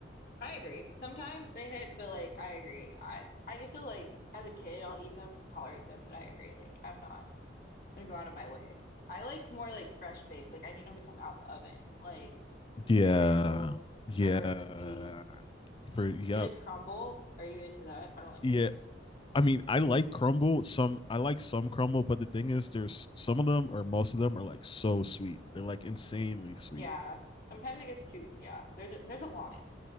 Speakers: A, on the left; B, on the left.
A: I agree. Sometimes they hit, but like I agree. I I used to like as a kid I'll eat them, tolerate them, but I agree. Like I'm not gonna go out of my way. I like more like fresh baked. Like I need them to come out the oven. Like snickerdoodles,
B: Yeah. Yeah.
A: sugar cookies.
B: For yep.
A: Do you like crumble? Are you into that? I don't like
B: Yeah.
A: those.
B: I mean, I like crumble. Some I like some crumble, but the thing is, there's some of them or most of them are like so sweet. They're like insanely sweet.
A: Yeah. Sometimes it gets too, yeah. There's a, there's a line.